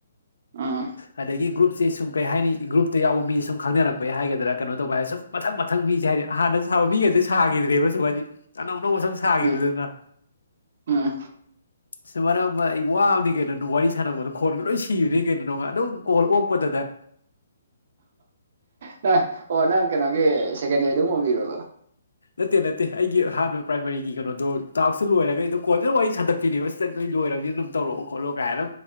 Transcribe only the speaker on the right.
ꯎꯝ
ꯎꯝ ꯎꯝ
ꯅꯪ ꯑꯣ ꯅꯪ ꯀꯩꯅꯣꯒꯤ ꯁꯦꯀꯦꯟ ꯗꯦ ꯑꯗꯨꯝ ꯑꯣꯏꯕꯤꯔꯕꯔꯕꯣ